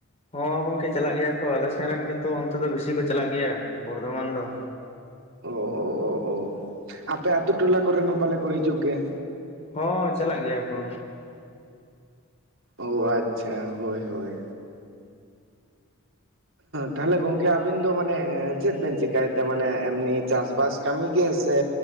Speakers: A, on the left; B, on the right.
A: ᱦᱚᱸ ᱜᱚᱝᱠᱮ ᱪᱟᱞᱟᱜ ᱜᱮᱭᱟ ᱠᱚ, ᱟᱞᱮ ᱥᱮᱱ ᱨᱮᱱ ᱜᱮᱛᱚ ᱚᱱᱛᱮ ᱫᱚ ᱵᱮᱥᱤ ᱠᱚ ᱪᱟᱞᱟᱜ ᱜᱮᱭᱟ, ᱵᱚᱨᱫᱷᱚᱢᱟᱱ ᱫᱚ᱾
B: ᱚ, ᱚ, ᱚ, ᱚ ᱟᱯᱮ ᱟᱛᱳ ᱴᱚᱞᱟ ᱠᱚᱨᱮᱱ ᱦᱚᱸ ᱯᱟᱞᱮ ᱠᱚ ᱦᱤᱡᱩᱜ ᱜᱮᱭᱟ?
A: ᱦᱚᱸ ᱪᱟᱞᱟᱜ ᱜᱮᱭᱟ ᱠᱚ᱾
B: ᱳ ᱟᱪᱪᱷᱟ ᱦᱳᱭ ᱦᱳᱭ᱾ ᱛᱟᱦᱞᱮ ᱜᱚᱝᱠᱮ ᱟᱵᱤᱱ ᱫᱚ ᱢᱟᱱᱮ ᱪᱮᱫ ᱵᱮᱱ ᱪᱮᱠᱟᱭᱛᱮ ᱢᱟᱱᱮ ᱮᱢᱱᱤ ᱪᱟᱥᱵᱟᱥ ᱠᱟᱹᱢᱤ ᱜᱮ? ᱥᱮ